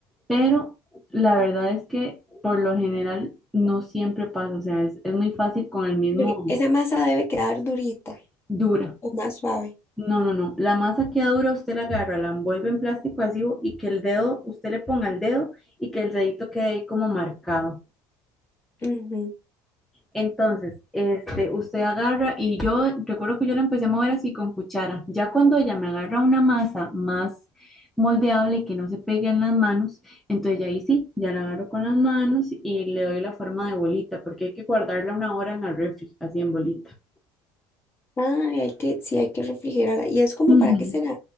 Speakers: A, in the centre; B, on the left.
A: Pero la verdad es que por lo general no siempre pasa. O sea, es, es muy fácil con el mismo
B: Porque Esa masa debe quedar durita
A: dura.
B: o más suave.
A: No, no, no. La masa queda dura, usted la agarra, la envuelve en plástico adhesivo y que el dedo, usted le ponga el dedo y que el dedito quede ahí como marcado.
B: Ujú.
A: Entonces, este, usted agarra y yo recuerdo que yo la empecé a mover así con cuchara. Ya cuando ella me agarra una masa más moldeable y que no se pegue en las manos, entonces ya ahí sí, ya la agarro con las manos y le doy la forma de bolita, porque hay que guardarla una hora en el refri, así en bolita.
B: Ah, hay que, sí, hay que refrigerarla. ¿Y es como
A: Ujú.
B: para qué será?